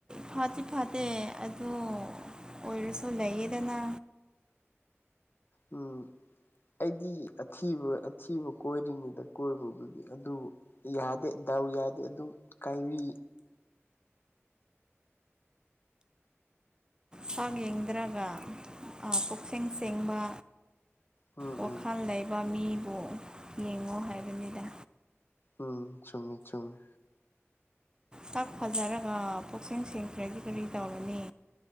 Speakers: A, on the right (about 20°); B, on the left (about 50°).
A: ꯐꯠꯇꯤ ꯐꯠꯇꯦ ꯑꯗꯣ꯫ ꯑꯣꯏꯔꯁꯨ ꯂꯩꯌꯦꯗꯅ꯫
B: ꯎꯝ ꯑꯩꯗꯤ ꯑꯊꯤꯕ ꯑꯊꯤꯕ ꯀꯣꯏꯔꯤꯅꯤꯗ ꯀꯣꯏꯕꯕꯨꯗꯤ ꯑꯗꯨꯕꯨ ꯌꯥꯗꯦ ꯗꯥꯎ ꯌꯥꯗꯦ ꯑꯗꯨꯝ ꯀꯥꯏꯕꯤ꯫
A: ꯁꯥꯛ ꯌꯦꯡꯗ꯭ꯔꯒ ꯑ ꯄꯨꯛꯆꯦꯟ ꯁꯦꯡꯕ
B: ꯎꯝ
A: ꯋꯥꯈꯜ
B: ꯎꯝ
A: ꯂꯩ ꯕ ꯃꯤꯕꯨ ꯌꯦꯡꯉꯣ ꯍꯥꯏꯕꯅꯤꯗ꯫
B: ꯎꯝ ꯆꯨꯝꯃꯤ ꯆꯨꯝꯃꯤ꯫
A: ꯁꯛ ꯐꯖꯔꯒ ꯄꯨꯛꯆꯦꯜ ꯁꯦꯡꯗ꯭ꯔꯗꯤ ꯀꯔꯤ ꯇꯧꯔꯨꯅꯤ꯫